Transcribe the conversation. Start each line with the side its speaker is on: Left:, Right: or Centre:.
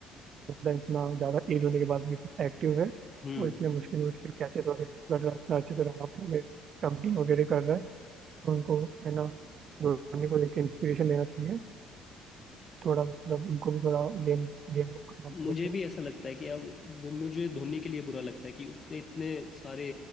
Right: बंदा इतना ज्यादा एज होने के बाद भी इतना एक्टिव है
Left: हम्म।
Right: और इतने मुश्किल मुश्किल कैचेस वगैरह कर रहा है इतना अच्छे से रन आउट वगैरह स्टम्पिंग वगैरह कर रहा है उनको है ना धोनी को एक इंस्पिरेशन लेना चाहिए थोड़ा मतलब उनको भी थोड़ा गेम गेम अप करना चाहिए
Left: मुझे
Right: अपना
Left: भी ऐसा लगता है कि अब धो- मुझे धोनी के लिए बुरा लगता है कि उसने इतने सारे